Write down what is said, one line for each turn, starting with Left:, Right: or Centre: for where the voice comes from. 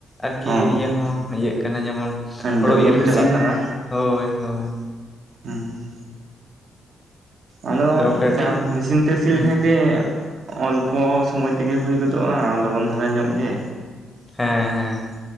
Left: ᱟᱨᱠᱤ
Right: ᱦᱳᱭ
Left: ᱤᱭᱟᱹ ᱦᱚᱸ ᱤᱭᱟᱹᱜ ᱠᱟᱱᱟ ᱡᱮᱢᱚᱱ ᱦᱳᱲᱳ
Right: ᱰᱮᱵᱷᱞᱚᱯ
Left: ᱤᱨ ᱢᱮᱥᱤᱱ
Right: ᱪᱟᱞᱟᱜ ᱠᱟᱱᱟ
Left: ᱦᱳᱭ ᱦᱳᱭ
Right: ᱦᱩᱸ ᱚᱸᱰᱮ
Left: ᱛᱚ ᱠᱟᱹᱴᱤᱡ
Right: ᱢᱮᱥᱤᱱ ᱛᱮ ᱥᱤ
Left: ᱦᱩᱸ
Right: ᱞᱮᱠᱷᱟᱱ ᱠᱤ ᱚᱞᱯᱚ ᱥᱚᱢᱚᱭ ᱛᱮᱜᱮ ᱦᱳᱭ ᱜᱚᱫᱚᱜᱼᱟ ᱟᱨ ᱞᱚᱜᱚᱱ ᱫᱷᱟᱨᱟ ᱧᱚᱜ ᱜᱮ
Left: ᱦᱮᱸ ᱦᱮᱸ